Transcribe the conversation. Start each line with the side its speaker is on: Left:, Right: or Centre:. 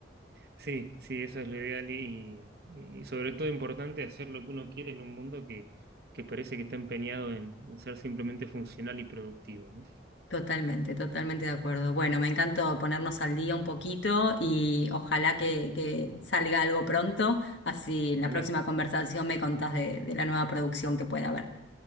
Right: Sí, sí, eso es lo ideal y, y sobre todo importante hacer lo que uno quiere en un mundo que, que parece que está empeñado en, en ser simplemente funcional y productivo, ¿no?
Left: Totalmente, totalmente de acuerdo. Bueno, me encantó ponernos al día un poquito y ojalá que, que salga algo pronto. Así en
Right: Ojalá,
Left: la próxima conversación me contás de, de la nueva producción que pueda haber.